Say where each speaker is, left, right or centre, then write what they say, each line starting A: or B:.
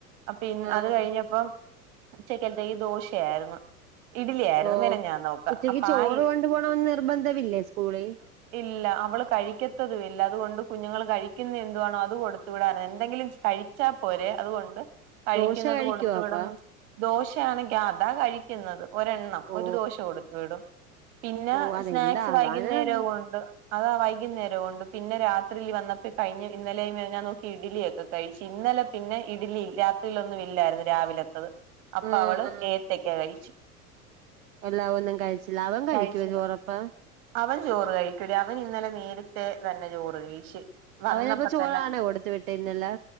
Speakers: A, on the right; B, on the right.
A: അപ്പ ഇന്ന്
B: ആഹ്
A: അത് കഴിഞ്ഞപ്പം ഉച്ചക്കത്തെ ഈ ദോശയായിരുന്നു ഇഡ്ലി ആയിരുന്നു
B: ഓ
A: മെനഞ്ഞാന്നൊക്കെ
B: ഉച്ചക്ക്
A: അപ്പ
B: ചോറ്
A: ആ ഇ
B: കൊണ്ടു പോണന്ന് നിർബന്ധവില്ലേ സ്കൂളിൽ
A: ഇല്ല അവള് കഴിക്കത്തതും ഇല്ല അതുകൊണ്ട് കുഞ്ഞുങ്ങൾ കഴിക്കുന്ന എന്തുവാണോ അത് കൊടുത്തു വിടാ <unintelligible> എന്തെങ്കിലും കഴി ച്ചാ പോരെ അതുകൊണ്ട് കഴിക്കുന്നത്
B: ദോശ കഴിക്കുവോ
A: കൊടുത്തു
B: അപ്പ
A: വിടണം ദോശയാണെങ്കി ആ അതാ കഴിക്കുന്നത് ഒരെണ്ണം
B: ഓ
A: ഒരു ദോശ കൊടുത്തു വിടും പിന്നെ
B: ഓ അതെന്താ
A: സ്നാക്സ് വൈകുന്നേരവും
B: ആവാനാന്ന്
A: ഉണ്ട് അതാ വൈകുന്നേരം ഉണ്ട് പിന്നെ രാത്രിയിൽ വന്നപ്പോ കഴിഞ് ഇന്നലെ മിനിഞ്ഞാന്നൊക്കെ ഇഡലിയൊക്കെ കഴിച്ചു ഇന്നലെ പിന്നെ ഇഡലി രാത്രിയിലൊന്നും ഇല്ലായിരുന്നു രാവിലെത്തത് അപ്പൊ
B: ആഹ്
A: അവള് ഏത്തക്ക കഴിച്ചു
B: ഇല്ല ഒന്നും കഴിച്ചില്ല അവൻ കഴിക്കോ
A: കഴിച്ചു
B: ചോറപ്പോ
A: അവൻ ചോറ് കഴിക്കൂല അവൻ ഇന്നലെ നേരത്തെ തന്നെ ചോറ് കഴിച്ച് വന്നപ്പോ
B: അവനപ്പ ചോറാണോ
A: തന്നെ
B: കൊടുത്തു വിട്ടേന്നലെ